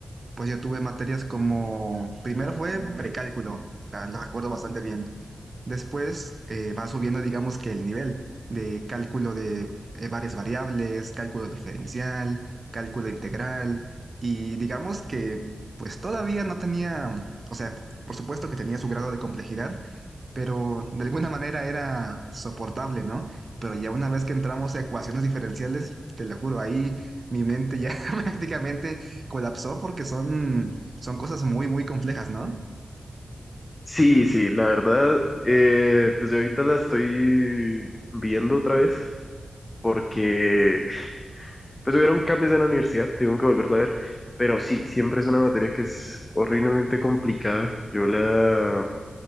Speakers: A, on the right; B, on the left.
A: pues yo tuve materias como, primero fue precálculo, la, la recuerdo bastante bien. Después eh, va subiendo, digamos que el nivel de cálculo de eh, varias variables, cálculo diferencial, cálculo integral, y digamos que pues todavía no tenía, o sea, por por supuesto que tenía su grado de complejidad, pero de alguna manera era soportable, ¿no? Pero ya una vez que entramos a ecuaciones diferenciales, te lo juro, ahí mi mente ya <laughs> prácticamente colapsó porque son, son cosas muy, muy complejas, ¿no?
B: Sí, sí, la verdad, eh, pues yo ahorita la estoy viendo otra vez porque pues hubieron cambios en la universidad, tengo que volverla a ver, pero sí, siempre es una materia que es horriblemente complicada. Yo la,